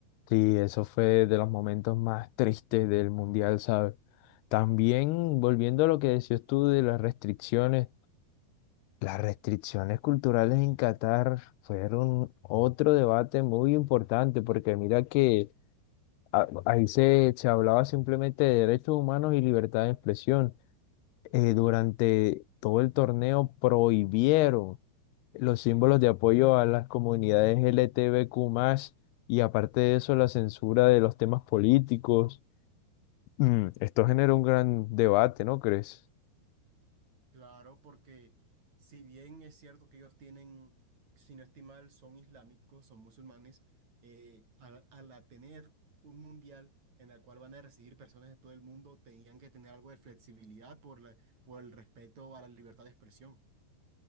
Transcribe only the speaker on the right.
Claro, porque si bien es cierto que ellos tienen, si no estoy mal, son islámicos, son musulmanes, eh, al, al a tener un mundial en el cual van a recibir personas de todo el mundo, tenían que tener algo de flexibilidad por la- por el respeto a la libertad de expresión.